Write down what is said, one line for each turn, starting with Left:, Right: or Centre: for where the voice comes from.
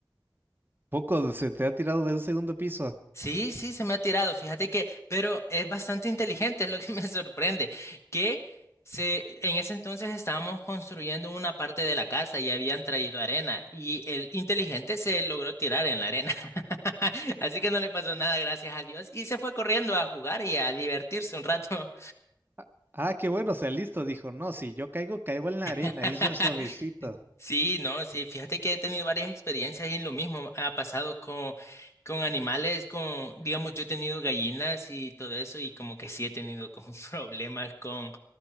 Right: Poco se te ha tirado de un segundo piso.
Left: Sí, sí, se me ha tirado, fíjate que, pero es bastante inteligente, es lo que me <laughs> sorprende, que se, en ese entonces estábamos construyendo una parte de la casa y habían traído arena y el inteligente se logró tirar en la arena, <laughs> así que no le pasó nada, gracias a Dios, y se fue corriendo a jugar y a divertirse un rato.
Right: Ah, ah, qué bueno, o sea, listo, dijo. No, si yo caigo, caigo en la arena
Left: <laughs>
Right: y es suavecito.
Left: Sí, no, sí, fíjate que he tenido varias experiencias en lo mismo. Ha pasado con, con animales, con, digamos, yo he tenido gallinas y todo eso, y como que sí he tenido como <laughs> problemas con,